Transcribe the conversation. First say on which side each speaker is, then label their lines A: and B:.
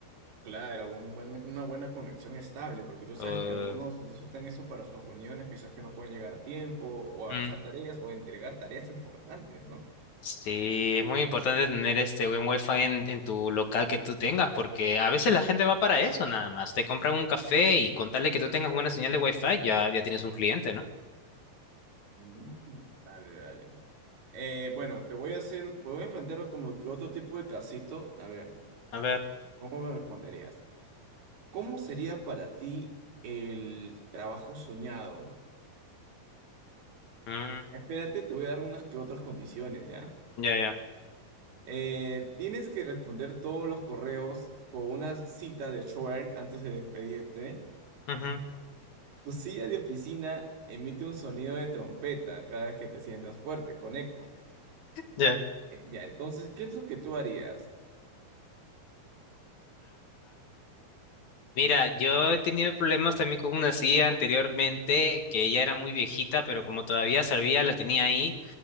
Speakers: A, on the right (about 80°); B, on the left (about 60°).
A: Claro, un buena- una buena conexión estable, porque tú sabes
B: Uh,
A: que algunos necesitan eso para sus reuniones, quizás que no pueden llegar a tiempo, o avanzar
B: mm,
A: tareas, o entregar tareas importantes, ¿no?
B: sí, es muy importante tener este buen Wi-Fi en, en tu local que tú tengas, porque a veces la gente va para eso nada más. Te compran un café y con tal de que tú tengas buena señal de Wi-Fi, ya, ya tienes un cliente, ¿no?
A: Mm, Dale, dale. Eh, bueno, te voy a hacer, te voy a plantear como que otro tipo de casito. A ver,
B: A ver.
A: ¿cómo me responderías? ¿Cómo sería para ti el trabajo soñado?
B: mm,
A: Espérate, te voy a dar unas que otras condiciones, ¿ya?
B: ya, ya.
A: Eh, tienes que responder todos los correos con una cita de Schwerk antes de despedirte.
B: ujú,
A: Tu silla de oficina emite un sonido de trompeta cada vez que te sientas fuerte, con eco.
B: ya.
A: Eh, ya, entonces, ¿qué es lo que tú harías?
B: Mira, yo he tenido problemas también con una silla anteriormente, que ya era muy viejita, pero como todavía servía, la tenía ahí,